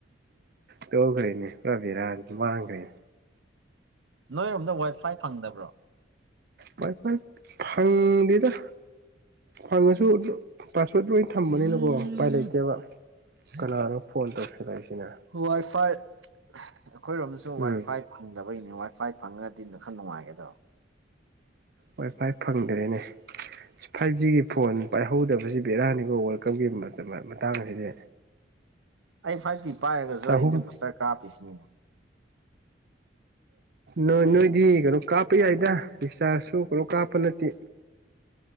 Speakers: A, on the right; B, on the right.
A: ꯇꯧꯈ꯭ꯔꯦꯅꯦ ꯄꯨꯔꯥꯕꯦꯔꯥꯅꯤ ꯃꯥꯡꯒ꯭ꯔꯦ
B: ꯅꯣꯏꯔꯣꯝꯗ ꯋꯥꯏꯐꯥꯏ ꯐꯪꯗꯕ꯭ꯔꯣ
A: ꯋꯥꯏ ꯐꯥꯏ ꯐꯪꯗꯦꯗ ꯐꯪꯉꯁꯨ ꯄꯥꯁꯋꯥꯔꯗ ꯂꯣꯏ ꯊꯝꯕꯅꯤꯅꯀꯣ ꯎꯄꯥꯏ ꯂꯩꯇꯦꯕ ꯀꯅꯥꯅꯣ ꯐꯣꯟ ꯇꯧꯁꯤꯜꯂꯛꯏꯁꯤꯅ
B: ꯋꯥꯏꯐꯥꯏ ꯑꯩꯈꯣꯏꯔꯣꯝꯗꯁꯨ
A: ꯎꯝ
B: ꯋꯥꯏꯐꯥꯏ ꯐꯪꯗꯕꯩꯅꯦ ꯋꯥꯏ ꯐꯥꯏ ꯐꯪꯔꯗꯤ ꯈꯔ ꯅꯨꯡꯉꯥꯏꯒꯗꯕ
A: ꯋꯥꯏ ꯐꯥꯏ ꯐꯪꯗ꯭ꯔꯦꯅꯦ ꯐꯥꯏꯚ ꯖꯤꯒꯤ ꯐꯣꯟ ꯄꯥꯏꯍꯧꯗꯕꯁꯤ ꯕꯦꯔꯥꯅꯤꯀꯣ ꯋꯥꯔꯜ ꯀꯞꯀꯤ ꯌꯦꯡꯕ ꯃꯇꯥꯡ ꯑꯁꯤꯗꯤ
B: ꯑꯩ ꯐꯥꯏꯚ ꯖꯤ ꯄꯥꯏꯔꯒꯁꯨ
A: ꯆꯍꯨꯝ
B: ꯑꯩꯗꯤ ꯕꯨꯁꯇꯔ ꯀꯥꯞ ꯄꯤꯁꯤꯅꯤꯅꯦ
A: ꯅꯣꯏ ꯅꯣꯏꯗꯤ ꯀꯩꯅꯣ ꯀꯥꯞꯄ ꯌꯥꯏꯗ ꯔꯤꯛꯆꯥꯔꯖꯁꯨ ꯀꯩꯅꯣ ꯀꯥꯞꯄ ꯅꯠꯇꯦ